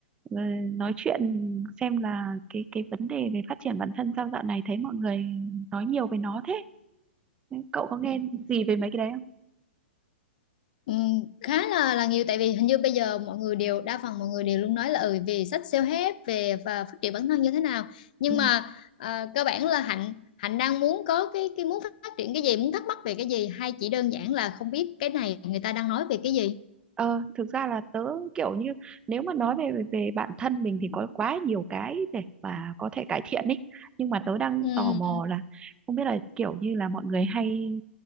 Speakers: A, on the right; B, on the left.
A: ờ, nói chuyện xem là cái cái vấn đề về phát triển bản thân sao dạo này thấy mọi người nói nhiều về nó thế. Cậu có nghe gì về mấy cái đấy không?
B: ừ, khá là là nhiều tại vì hình như bây giờ mọi người đều đa phần mọi người đều luôn nói là ừ về sách self-help về và phát triển bản thân như thế nào nhưng
A: Ừ.
B: mà à, cơ bản là Hạnh Hạnh đang muốn có cái cái muốn phát triển cái gì muốn thắc mắc về cái gì hay chỉ đơn giản là không biết cái này người ta đang nói về cái gì
A: Ờ, thực ra là tớ kiểu như nếu mà nói về về bản thân mình thì có quá nhiều cái để mà có thể cải thiện ý nhưng mà tớ đang
B: ừ,
A: tò mò là không biết là kiểu như là mọi người hay